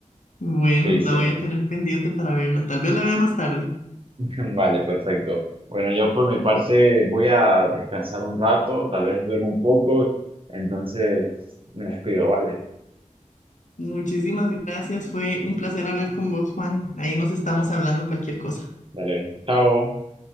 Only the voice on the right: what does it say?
Sí,
sí.
<laughs> Vale, perfecto. Bueno, yo por mi parte voy a descansar un rato, tal vez duermo un poco, entonces me despido, vale.
Dale, chao.